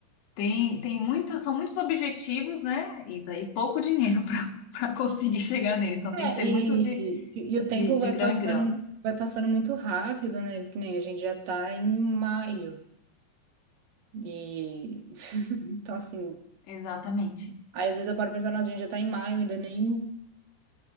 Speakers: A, on the left; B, on the right.
A: tem, tem muitas, são muitos objetivos, né, Isa, e pouco dinheiro <laughs> para para conseguir chegar neles. Então,
B: É,
A: tem que ser
B: e,
A: muito de,
B: e o
A: de,
B: tempo
A: de
B: vai
A: grão
B: passando,
A: em grão.
B: vai passando muito rápido, né? Que nem a gente já tá em maio. E <laughs> então assim,
A: Exatamente.
B: aí às vezes eu paro pensando, nossa, a gente já tá em maio, ainda nem